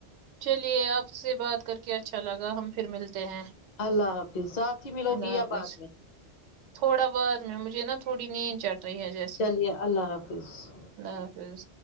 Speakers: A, on the right; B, on the left.
A: چلیے آپ سے بات کر کے اچھا لگا ہم پھر ملتے ہیں
B: اللہ حافظ ساتھ ہی ملو
A: اللہ
B: گی یا
A: حافظ
B: بعد میں
A: تھوڑا بعد میں مجھے نا تھوڑی نیند چڑ رہی ہے جیسے
B: چلیے اللہ حافظ
A: اللہ حافظ